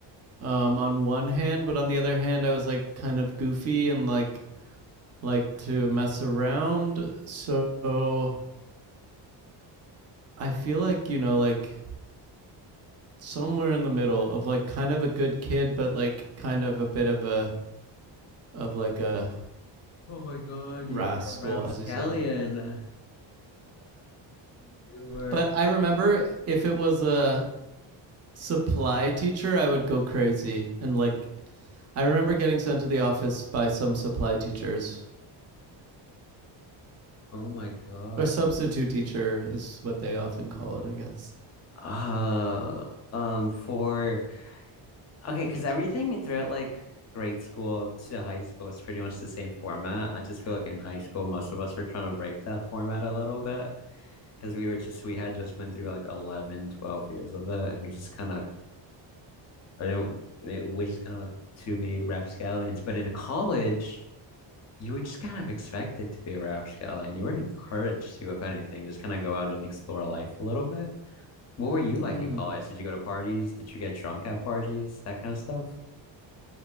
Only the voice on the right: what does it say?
um on one hand, but on the other hand, I was like kind of goofy and like like to mess around. So I feel like, you know, like somewhere in the middle of like kind of a good kid but like kind of a bit of a of like a
rascal
as you say.
But I remember if it was a supply teacher, I would go crazy. And like, I remember getting sent to the office by some supply teachers,
or substitute teacher is what they often call it, I guess.
Mm.